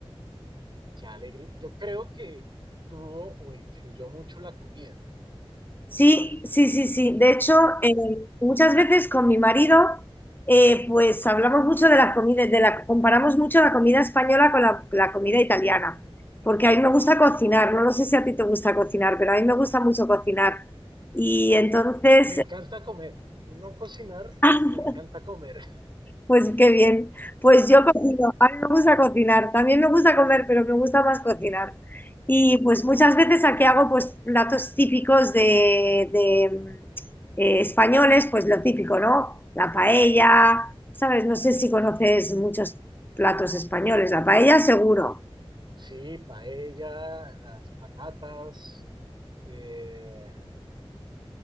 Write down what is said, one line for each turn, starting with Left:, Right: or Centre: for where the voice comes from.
Right: Qué alegre. Yo creo que tuvo o influyó mucho la comida.
Left: Sí, sí, sí, sí. De hecho, eh, muchas veces con mi marido, eh, pues hablamos mucho de las comidas, de la, comparamos mucho la comida española con la, la comida italiana, porque a mí me gusta cocinar, no lo sé si a ti te gusta cocinar, pero a mí me gusta mucho cocinar. Y entonces,
Right: Me encanta comer, no cocinar,
Left: <laughs>
Right: me encanta comer. <laughs>
Left: Pues qué bien. Pues yo cocino. A mí me gusta cocinar. También me gusta comer, pero me gusta más cocinar. Y pues muchas veces aquí hago pues platos típicos de, de, mm, eh, españoles, pues lo típico, ¿no? La paella, ¿sabes? No sé si conoces muchos platos españoles. La paella seguro.
Right: Sí, paella, las patatas, eh,